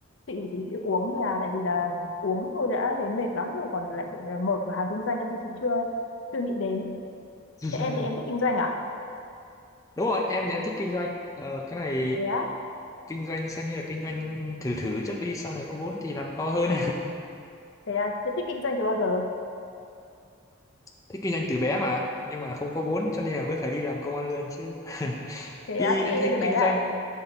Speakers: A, on the left; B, on the left.
A: Chị chỉ biết uống là tại vì là uống thôi đã thấy mệt lắm rồi. Còn lại là mở cửa hàng kinh doanh nữa thì chị chưa chưa nghĩ đến.
B: ừ.
A: Thế em thì em
B: <laughs>
A: thích kinh doanh à?
B: đúng rồi em thì em thích kinh doanh ờ, cái này
A: Thế á,
B: kinh doanh xem như là kinh doanh thử thử trước đi sau này có vốn thì làm to hơn
A: thế à, thế thích kinh doanh từ bao giờ?
B: <laughs> thích kinh doanh từ bé mà nhưng mà không có vốn cho nên là mới phải đi làm công ăn lương chứ <laughs>
A: thế
B: đi
A: à, thích
B: em
A: kinh
B: thấy
A: doanh từ bé
B: kinh
A: là
B: doanh